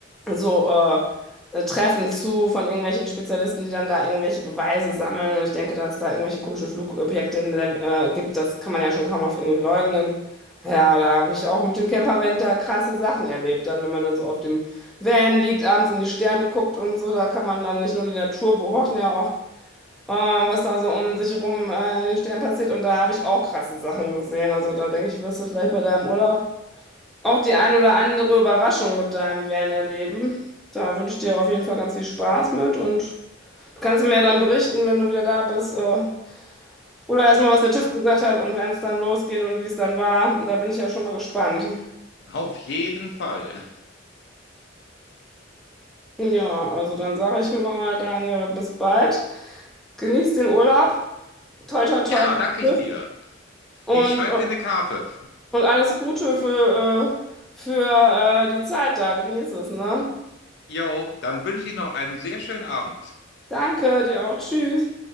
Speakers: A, in the centre; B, on the left (about 60°).
A: so äh, äh, Treffen zu von irgendwelchen Spezialisten, die dann da irgendwelche Beweise sammeln. Und ich denke, dass da irgendwelche komischen Flugobjekte in der, äh, gibt, das kann man ja schon kaum noch irgendwie leugnen. Ja, da habe ich auch mit dem Campervan da krasse Sachen erlebt. Dann, wenn man dann so auf dem Van liegt, abends in die Sterne guckt und so, da kann man dann nicht nur die Natur beobachten, ja auch, äh, was da so um sich herum äh, in den Sternen passiert. Und da habe ich auch krasse Sachen gesehen. Also da denke ich, wirst du vielleicht bei deinem Urlaub auch die ein oder andere Überraschung mit deinem Van erleben. Da wünsche ich dir auf jeden Fall ganz viel Spaß mit und du kannst mir ja dann berichten, wenn du wieder da bist, äh, oder erstmal, was der
B: Ja,
A: TÜV gesagt hat und wenn es dann losgeht und wie es dann war. Da bin ich ja schon mal gespannt.
B: auf jeden Fall.
A: Ja, also dann sage ich mal, Daniel, bis bald. Genieß den Urlaub. Toi, toi,
B: Ja,
A: toi. mit
B: danke
A: dem TÜV.
B: ich dir.
A: Und,
B: Ich schreibe
A: äh,
B: dir eine Karte.
A: und alles Gute für, äh, für äh, die Zeit da. Genieß es, ne?
B: Jo, dann wünsche ich Ihnen noch einen sehr schönen Abend.
A: Danke, dir auch. Tschüss.